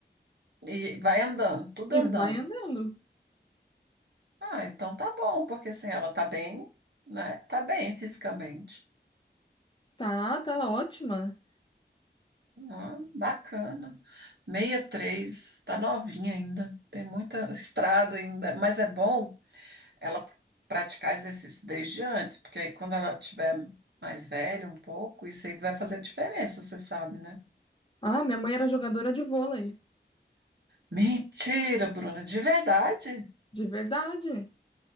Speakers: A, on the right (about 65°); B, on the left (about 25°).
A: E vai andando, tudo
B: e
A: andando.
B: vai andando.
A: Ah, então tá bom, porque assim, ela tá bem, né? Tá bem fisicamente.
B: Tá, tá ótima.
A: Ah, bacana. sessenta e três tá novinha ainda, tem muita <laughs> estrada ainda, mas é bom ela praticar exercício desde antes, porque aí quando ela tiver mais velha um pouco, isso aí vai fazer diferença, você sabe, né?
B: Ah, minha mãe era jogadora de vôlei,
A: Mentira, Bruna, de verdade?
B: de verdade.